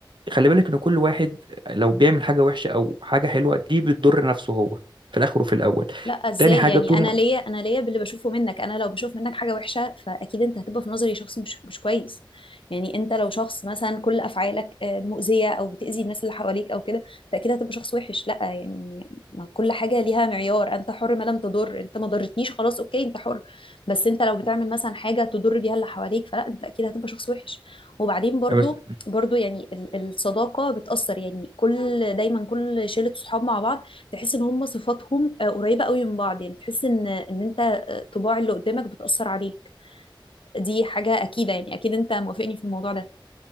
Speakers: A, on the right; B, on the left.
A: خلي بالك إن كل واحد لو بيعمل حاجة وحشة أو حاجة حلوة دي بتضر نفسه هو في الآخر وفي الأول
B: لا ازاي
A: تاني حاجة
B: يعني
A: طول
B: انا
A: ما
B: ليا انا ليا باللي بشوفه منك انا لو بشوف منك حاجه وحشه فاكيد انت هتبقى في نظري شخص مش مش كويس يعني انت لو شخص مثلا كل افعالك آه، مؤذيه او بتاذي الناس اللي حواليك او كده فاكيد هتبقى شخص وحش لا يعني ما كل حاجه ليها معيار انت حر ما لم تضر انت ما ضرتنيش خلاص اوكي انت حر بس انت لو بتعمل مثلا حاجه تضر بيها اللي حواليك فلا انت اكيد هتبقى شخص وحش وبعدين برضو
A: آه، بس
B: برضو يعني ال- الصداقه بتاثر يعني كل دايما كل شله صحاب مع بعض تحس ان هم صفاتهم آه، قريبه قوي من بعض يعني تحس ان ان انت آه، طباع اللي قدامك بتاثر عليك دي حاجه اكيده يعني اكيد انت موافقني في الموضوع ده